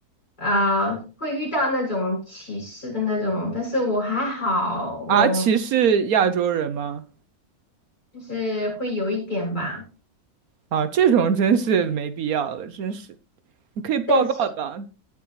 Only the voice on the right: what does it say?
阿奇是亚洲人吗？
啊，这种真是没必要了，真是。你可以报告的。